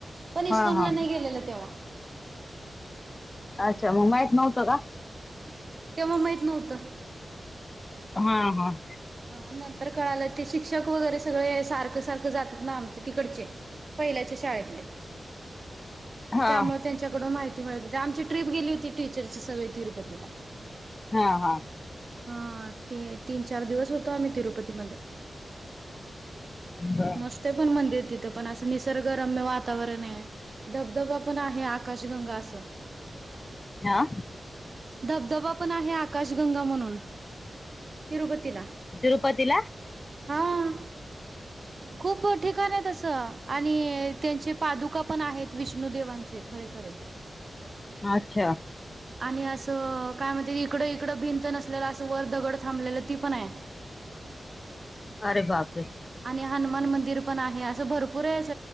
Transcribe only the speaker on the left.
हा हा
अच्छा मग माइत नव्हतं का
हं हां
हा
हां हां
बर
हां
तिरुपतीला
आच्छा
अरे बापरे.